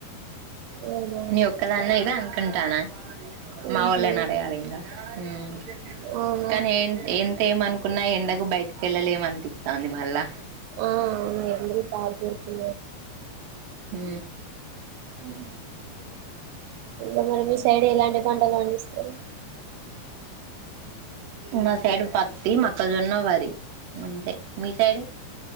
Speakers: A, on the right (about 90°); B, on the right (about 65°).
A: అవునా
B: నీ ఒక్కదని మీదే అన్ కంటానా
A: ఉహు
B: మా వాళ్ళైన అడాలిగా ఉ
A: అవునా
B: కానీ ఏంటి ఎ ఏమనుకున్నా ఎండకు బయటికి వెళ్ళలేమనిపిస్తుంది మళ్ళా
A: ఆ అవును లేండి ఠాగూర్ <inaudible>
B: ఉ
A: ఉ ఇంకా మరి మీ సైడు ఎలాంటి పంటలు పండిస్తారు
B: మా సైడ్ పత్తి మొక్కజొన్న వరి అంతే మీ సైడ్